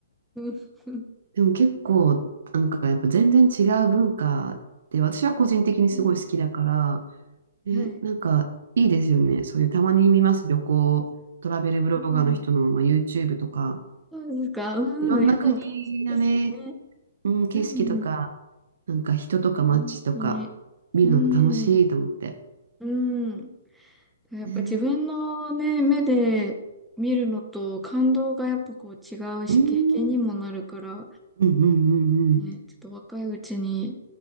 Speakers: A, in the centre; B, on the right.
A: うんうん
B: でも結構、なんかやっぱ全然違う文化で、私は個人的にすごい好きだから、
A: <laughs>
B: え、
A: はい。
B: なんかいいですよね。そういうたまに見ます、旅行、トラベルブロガーの人の、
A: うん
B: まあ、YouTube とか、
A: そうですか。うん。
B: いろんな国のね、
A: いや、でも楽しいですよね。
B: うん、景色とか、
A: うんうん、
B: なんか人とか街とか見るの楽しいと思って。
A: 本当に。うん、うん。やっぱ自分のね、
B: ね
A: 目で見るのと感動がやっぱこう違うし、
B: うん、
A: 経験にもなるから、
B: うんうんうんうん。
A: ね、ちょっと若いうちに